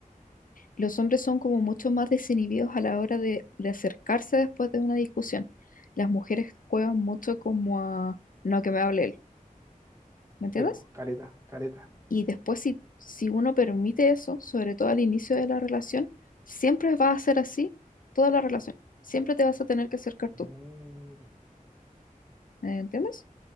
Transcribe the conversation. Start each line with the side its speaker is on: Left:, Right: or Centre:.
Left: Los hombres son como mucho más desinhibidos a la hora de, de acercarse después de una discusión. Las mujeres juegan mucho como a, no, que me hable él, ¿me entiendes?
Right: Sí, po, caleta, caleta.
Left: Y después si, si uno permite eso, sobre todo al inicio de la relación, siempre va a ser así toda la relación. Siempre te vas a tener que acercar tú.
Right: Mm.
Left: ¿eh? ¿Entiendes?